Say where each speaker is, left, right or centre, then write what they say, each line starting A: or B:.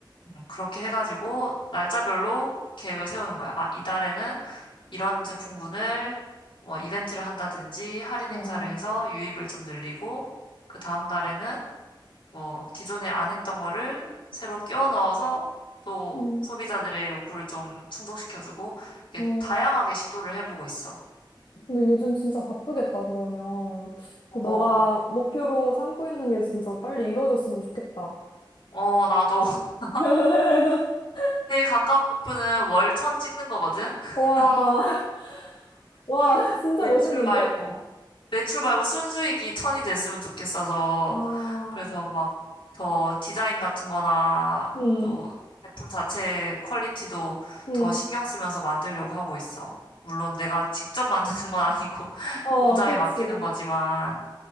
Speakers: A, on the left; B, on the left.
A: 음, 그렇게 해가지고 날짜별로 계획을 세우는 거야. 아, 이달에는 이런 제품군을 뭐 이벤트를 한다든지 할인
B: 어,
A: 행사를 해서 유입을 좀 늘리고 그 다음 달에는 뭐, 기존에 안 했던 거를 새로 끼워 넣어서 또
B: 음,
A: 소비자들의 욕구를 좀 충족시켜주고, 이렇게
B: 어.
A: 다양하게 시도를 해보고 있어.
B: 근데 요즘 진짜 바쁘겠다, 그러면. 너가
A: 어,
B: 목표로 삼고 있는 게 진짜 빨리 이루어졌으면 좋겠다.
A: 어, 나도. <laughs>
B: <laughs>
A: 제일 가까운 목표는 월천 찍는 거거든? <laughs>
B: 와, <laughs> 와, 진짜
A: 외출
B: 멋있는데?
A: 말고. 매출 말고 순수익이 천이 됐으면 좋겠어서
B: 아,
A: 그래서 막 더 디자인 같은 거나
B: 음,
A: 또 제품 자체 퀄리티도
B: 음,
A: 더 신경 쓰면서 만들려고 하고 있어. 물론 내가 직접 만드는 건 아니고 <laughs>
B: 어,
A: 공장에
B: 그렇지
A: 맡기는 거지만